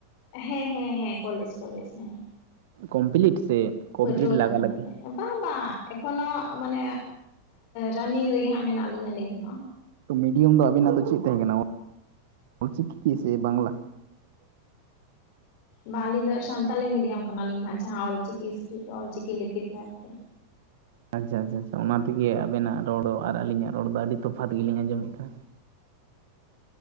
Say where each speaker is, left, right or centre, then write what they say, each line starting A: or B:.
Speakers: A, on the left (about 45°); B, on the right (about 55°).
A: ᱦᱮᱸ ᱦᱮᱸ ᱦᱮᱸ ᱠᱚᱞᱮᱡᱽ ᱠᱚᱞᱮᱡᱽ ᱦᱮᱸ
B: ᱠᱚᱢᱯᱞᱤᱴ ᱥᱮ ᱠᱚᱢᱯᱞᱤᱴ
A: ᱯᱟᱹᱴᱷᱩᱣᱟᱹ
B: ᱞᱟᱜᱟ
A: ᱠᱟᱱ
B: ᱞᱟᱜᱤ
A: ᱜᱮᱭᱟᱞᱮ ᱵᱟᱝ ᱵᱟᱝ ᱮᱠᱷᱚᱱᱳ ᱢᱟᱱᱮ ᱨᱟᱱᱤᱝ ᱨᱮᱜᱮ ᱦᱟᱸᱜ ᱢᱮᱱᱟᱜ ᱞᱤᱧᱟ ᱞᱟᱹᱭ ᱜᱟᱱᱚᱜᱼᱟ
B: ᱛᱚ ᱢᱤᱰᱤᱭᱟᱢ ᱫᱚ ᱟᱵᱤᱱᱟᱜ ᱫᱚ ᱪᱮᱫ ᱛᱟᱦᱮᱸ ᱠᱟᱱᱟ ᱚᱞᱪᱤᱠᱤ ᱥᱮ ᱵᱟᱝᱞᱟ
A: ᱵᱟᱝ ᱟᱹᱞᱤᱧ ᱫᱚ ᱥᱟᱱᱛᱟᱞᱤ ᱢᱤᱰᱤᱭᱟᱢ ᱠᱟᱱᱟᱞᱤᱧ ᱦᱟᱸᱜ ᱡᱟᱦᱟᱸ ᱚᱞᱪᱤᱠᱤ ᱤᱥᱠᱨᱤᱯᱴ ᱚᱞᱪᱤᱠᱤ ᱞᱤᱯᱤ ᱛᱮ ᱟᱨ ᱠᱤ
B: ᱟᱪᱪᱷᱟ ᱟᱪᱪᱷᱟ ᱟᱪᱪᱷᱟ᱾ ᱚᱱᱟ ᱛᱮᱜᱮ ᱟᱵᱮᱱᱟᱜ ᱨᱚᱲ ᱟᱨ ᱟᱹᱞᱤᱧᱟᱜ ᱨᱚᱲ ᱫᱚ ᱟᱹᱰᱤ ᱛᱚᱯᱷᱟᱛ ᱜᱮᱞᱤᱧ ᱟᱸᱡᱚᱢᱮᱫ ᱠᱟᱱᱟ